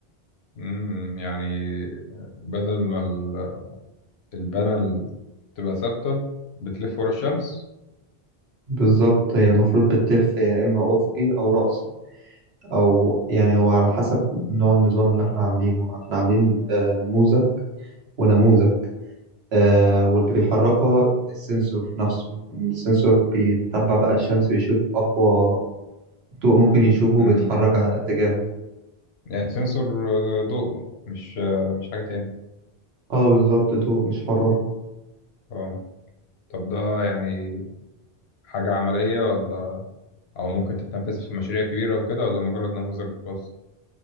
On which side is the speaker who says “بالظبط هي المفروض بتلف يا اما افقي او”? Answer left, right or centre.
Right